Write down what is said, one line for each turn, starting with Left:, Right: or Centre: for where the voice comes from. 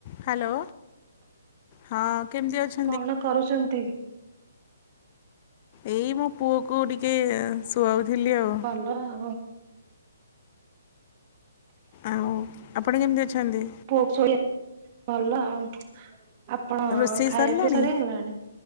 Left: ହ୍ୟାଲୋ ହଁ କେମିତି ଅଛ
Right: କଣ କରୁଛନ୍ତି?
Left: ଏଇ ମୋ ପୁଅକୁ ଟିକେ ଶୁଆଉଥିଲି ଆଉ।
Right: ଭଲ ଆଉ।
Left: ଆଉ ଆପଣ କେମିତି ଅଛନ୍ତି?
Right: ପୁଅ ଶୋଇଆ ଭଲ ଆଉ। ଆପଣ
Left: ରୋଷେଇ
Right: ଖାଇବା
Left: ସରିଲାଣି?
Right: ପିଇବା ସରି ଗଲାଣି